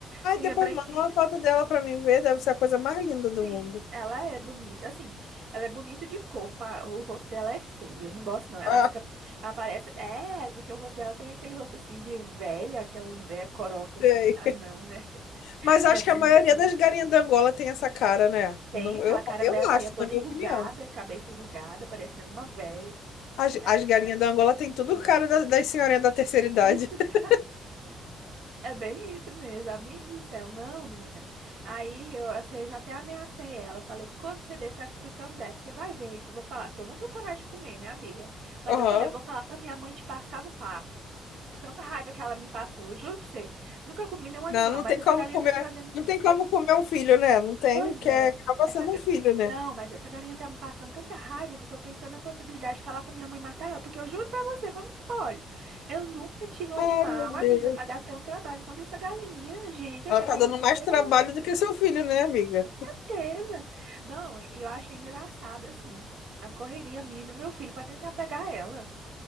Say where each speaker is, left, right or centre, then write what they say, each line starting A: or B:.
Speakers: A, on the left (about 85°); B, on the right (about 65°).
A: Aí
B: Tem
A: depois
B: a branquinha
A: manda uma foto dela pra mim ver, deve ser a coisa mais linda do
B: Sim,
A: mundo. <laughs>
B: ela é bonita. Assim, ela é bonita de corpo. a- O rosto dela é feio. Eu não gosto, não. Ela
A: Ah,
B: fica. Ela parece. É, porque o rosto dela tem aquele rosto assim de velha, aquelas velhas coroca assim.
A: sei.
B: Ah, não, né? <laughs>
A: Mas acho
B: Não é bonito,
A: que a maioria
B: não.
A: das galinhas da Angola tem essa cara, né?
B: Tem
A: Não,
B: aquela
A: eu,
B: cara
A: eu
B: velha feia
A: acho,
B: toda
A: na minha
B: enrugada,
A: opinião.
B: cabeça enrugada, parecendo uma velha.
A: As,
B: Ela,
A: as galinhas da Angola tem tudo
B: sim.
A: cara da- das senhorinhas da terceira idade.
B: <laughs>
A: <laughs>
B: É bem isso mesmo, amiga do céu. Não, menina. Aí eu, assim, eu já até ameacei ela. Eu falei, quando você desce, eu acho que por isso que ela não desce, você vai ver. Eu vou falar, que eu não tenho coragem de comer, né, amiga? Mas
A: Aham.
B: eu falei, eu vou falar pra minha mãe te passar no papo. De tanta raiva que ela me passou. Eu juro pra você. Nunca comi nenhum animal,
A: Não, não
B: mas
A: tem
B: essa
A: como
B: galinha
A: comer,
B: tá me fazendo
A: não tem como comer um filho, né? Não tem,
B: Pois
A: que
B: é,
A: é- acaba
B: essa.
A: sendo
B: ga-
A: um filho, né?
B: Não, mas essa galinha tá me passando tanta raiva que eu tô pensando na possibilidade de falar pra minha mãe matar ela, porque eu juro pra você, como que pode? Eu nunca tive um
A: Ai,
B: animal,
A: meu
B: amiga,
A: Deus.
B: pra dar tanto trabalho quanto essa galinha. Gente, essa
A: Ela tá
B: galinha
A: dando
B: superou,
A: mais trabalho do que seu filho, né, amiga?
B: com certeza. Não, e eu achei engraçado, assim, a correria minha e do meu filho pra tentar pegar ela.